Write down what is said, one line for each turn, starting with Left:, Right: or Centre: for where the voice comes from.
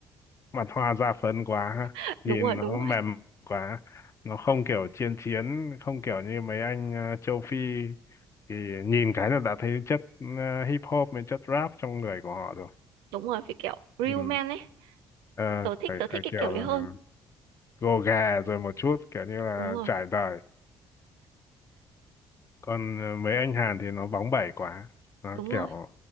Left: mặt hoa ra phấn quá ha.
Right: <laughs> đúng
Left: nhìn
Right: rồi đúng
Left: nó
Right: rồi
Left: mềm quá nó không kiểu chiến chiến không kiểu như mấy anh ờ, châu Phi thì nhìn cái là đã thấy chất ờ, hip hop với chất rap trong người của họ rồi
Right: đúng rồi phải kiểu real
Left: ừ.
Right: man ấy
Left: Ờ,
Right: tớ thích
Left: phải
Right: tớ thích
Left: phải
Right: cái
Left: kiểu
Right: kiểu đấy
Left: là
Right: hơn
Left: gồ ghề rồi một chút kiểu như là
Right: đúng rồi
Left: trải đời còn ờ, mấy anh Hàn thì nó bóng bẩy quá nó
Right: đúng
Left: kiểu
Right: rồi